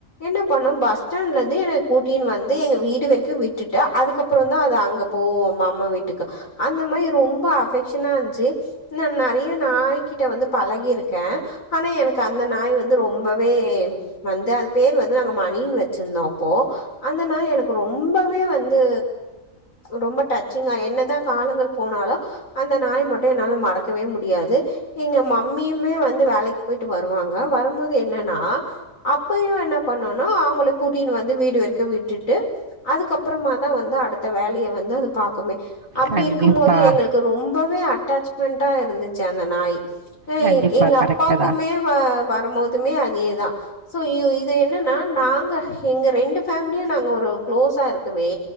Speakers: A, on the left (about 80°); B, on the right (about 40°).
A: என்ன பண்ணு பஸ் ஸ்டாண்ட்ல து என கூட்டின் வந்து எங்க வீடு வெரக்கு விட்டுட்டு அதுக்கப்புறந்தா அது அங்க போவு மாமா வீட்டுக்கு அந்த மாரி ரொம்ப அஃபெக்ஷனா இந்துச்சு ன்ன நறைய நாய்கிட்ட வந்து பழகிருக்க அனா எனக்கு அந்த நாய் வந்து ரொம்பவே வந்து அது பேர் வந்து நாங்க மணின் வெச்சிந்தோ போ அந்த நாய் எனக்கு ரொம்பவே வந்து ரொம்ப டச்சிங்கா என்னதா காலங்கள் போனாலு அந்த நாய மட்டு என்னால மறக்கவே முடியாது எங்க மம்மியுமே வந்து வேலைக்கி போயிட்டு வருவாங்க வரம்போது என்னனா அப்பயு என்ன பண்ணுன்னா அவுங்கள கூட் கீனு வந்து வீடு வெரிக்கு விட்டுட்டு அதுக் அப்புறமாதா வந்து அடுத்த வேலய வந்து அது பாக்குமே அப்டி
B: கண்டிப்பாக
A: இருக்கும்மோது எங்ளுக்கு ரொம்பவே அட்டேச்மெண்ட்டா இருந்துச்சு அந்த நாய் ஹே
B: கண்டிப்பாக
A: எங் அப்பாக்குமே
B: கரெக்டு தான்
A: அ வரமோதுமே அதேதான சோ யூ இது என்னென்னா நாங்க எங்க ரெண்டு ஃபேம்லியு நாங்க ஒரு க்ளோஸா இருக்கவே